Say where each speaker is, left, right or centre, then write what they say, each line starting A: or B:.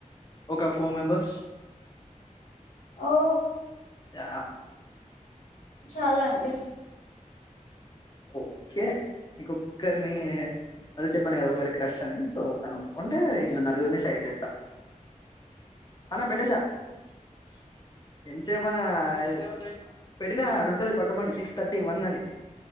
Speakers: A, on the left; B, on the left.
A: ఒక ఫోర్ మెంబర్స్
B: ఓ
A: య
B: చాలా అండి
A: ఓ పెట్టినా ఆడుంటది పక్క బండీ సిక్స్ తర్టీ వన్ అని